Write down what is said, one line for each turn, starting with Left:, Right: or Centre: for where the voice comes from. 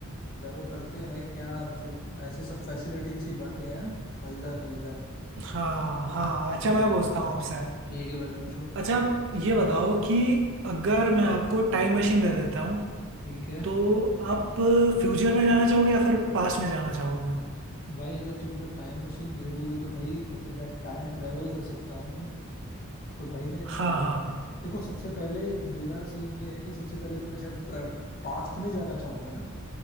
Left: चलो करते हैं भाई क्या मतलब ऐसे सब फैसिनेटिंग सी बातें हैं मजेदार मजेदार
Right: हाँ हाँ अच्छा
Left: हम्म।
Right: मैं पूछता हूँ आपसे
Left: ठीक है भाई पूछो
Right: अच्छा आप ये बताओ कि अगर मैं आपको टाइम मशीन दे देता हूँ
Left: ठीक है
Right: तो आप फ्यूचर में जाना चाहोगे या फिर पास्ट में जाना चाहोगे
Left: भाई अगर तुम मुझे टाइम मशीन दे दोगे तो भाई मतलब मैं टाइम ट्रेवल कर सकता हूँ तो भाई मैं
Right: हाँ हाँ
Left: देखो सबसे पहले मेरा सीन ये है कि सबसे पहले तो मैं शायद पास्ट में जाना चाहूंगा ना